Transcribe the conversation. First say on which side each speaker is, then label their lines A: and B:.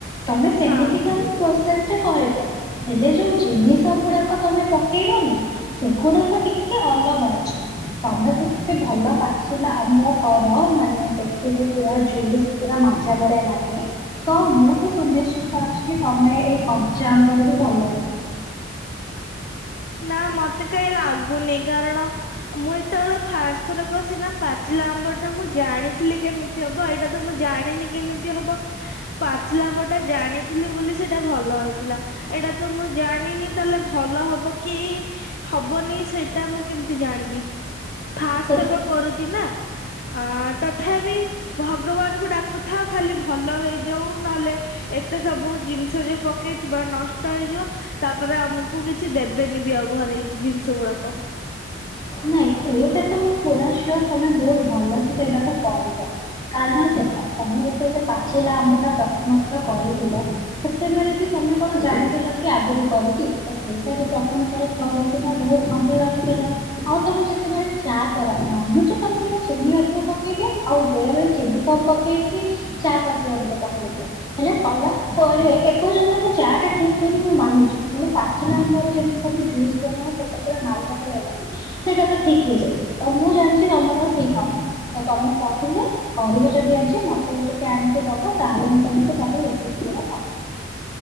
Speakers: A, on the left; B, on the left.
A: ତମେ ସେମିତି
B: ହଁ
A: କାମ ପ୍ରୋସେସ୍‌ରେ କରିବ ହେଲେ ଯୋଉ ଜିନିଷ ଗୁଡାକ ତମେ ପକେଇବନି। ସେଗୁଡାକ ଟିକେ ଅଲଗା। ତମେ ତ କେତେ ଭଲ ପାଚିଲା ଆମ୍ବ କର ମାନେ ସେଥିରେ ପୁରା ଜୁସ୍। ପୁରା ମାଜା ଭଳିଆ ଲାଗେ। ତ ମୁଁ ତ ସୁନିଶ୍ଚିତ ଅଛି କି ତମେ ଏଇ କଞ୍ଚା ଆମ୍ବ ରେ ବି ଭଲ କରିବ‌।
B: ନା ମତେ କାହିଁ ଲାଗୁନି କାରଣ ମୁଁ ହେତେବେଳେ ଫାଷ୍ଟ ଥର କ ସିନା ପାଚିଲା ଆମ୍ବର ଟା ମୁଁ ଜାଣିଥିଲି କେମିତି ହବ ଏଇଟା ତ ମୁଁ ଜାଣିନି କେମିତି ହବ। ପାଚିଲା ଆମ୍ବ ଟା ଜାଣିଥିଲି ବୋଲି ସେଇଟା ଭଲ ହେଇଥିଲା। ଏଇଟା ତ ମୁଁ ଜାଣିନି ତାହେଲେ ଭଲ ହବ। କି ହବନି ସେଇଟା ମୁଁ କେମିତି ଜାଣିବି? ଫାଷ୍ଟ
A: ଦେଖ
B: ତରକ କରୁଚି ନା। ଆ ତଥାପି ଭଗବାନଙ୍କୁ ଡାକୁଥା। ଖାଲି ଭଲ ହେଇଯାଉ ନହେଲେ ଏତେ ସବୁ ଜିନିଷ ଯୋଉ ପକେଇଥିବା ନଷ୍ଟ ହେଇଯିବ। ତାପରେ ଆମକୁ କିଛି ଦେବେନି ବି ଆଉ ଘରେ ଏଇ ଜିନିଷ ଗୁଡାକ।
A: ନାଇଁ ଏଇଟା ତ ମୁଁ ପୁରା ସିଓର ତମେ ବହୁତ୍ ଭଲସେ ସେଇଟାକୁ କରିବ। କାରଣ ସେ କ ତମେ ଯେତେବେଳେ ପାଚିଲା ଆମ୍ବ ଟା ପ୍ରଥମ ଥର କରିଥିଲ। ସେତେବେଳେ ବି ତମେ କଣ ଜାଣିଥିଲ କି ଆଗରୁ କରିକି ତ ସେଇଟା ବି ପ୍ରଥମ ଥର। କରକିନା ବହୁତ୍ ଭଲ ଲାଗୁଥିଲା। ଆଉ ତମେ ଯେତେବେଳେ ଚା କର ମାନୁଚି ତମେ ଟିକେ ଚିନି ଅଧିକ ପକେଇ ଦିଅ ଆଉ ବେଳେ ବେଳେ ଚିନି କମ୍ ପକେଇକି ଚା ପତି ଅଧିକ ପକେଇ ଦିଅ। ହେଲେ କଲା ପରେ ଏପର୍ଯ୍ୟନ୍ତ ବି ଚା ଟା ଠିକ୍ ହେଇନି ମୁଁ ମାନୁଚି। ହେଲେ ପାଚିଲା ଆମ୍ବରେ ଯେମିତି ତମେ ଜୁସ୍ ବନାଅ ସେଇଟା ପୁରା ମାଲଜା ଭଳିଆ ଲାଗେ। ସେଇଟା ତ ଠିକ୍ ହେଇଯାଇଚି ତ ମୁଁ ଜାଣିଛି ତମର ଠିକ୍ ହବ ତ ତମେ କହିଲେ କରିବ ଯଦି ଆଜି ମୋତେ ବି ଟିକେ ଆଣିକି ଦବ ତାହେଲେ ମୁଁ ତମକୁ ତାର ରେସିପି ଗୁଡା କହିବି।